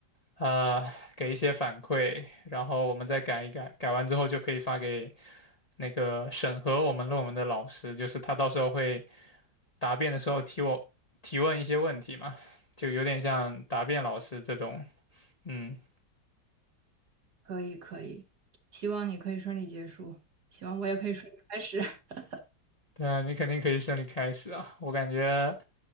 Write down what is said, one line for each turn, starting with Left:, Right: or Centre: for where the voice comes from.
Left: 呃给一些反馈，然后我们再改一改，改完之后就可以发给那个审核我们论文的老师，就是他到时候会答辩的时候提我提问一些问题嘛，就有点像答辩老师这种，嗯。
Right: 可以，可以，希望你可以顺利结束，希望我也可以顺利开始。<laughs>
Left: 对啊，你肯定可以顺利开始啊。我感觉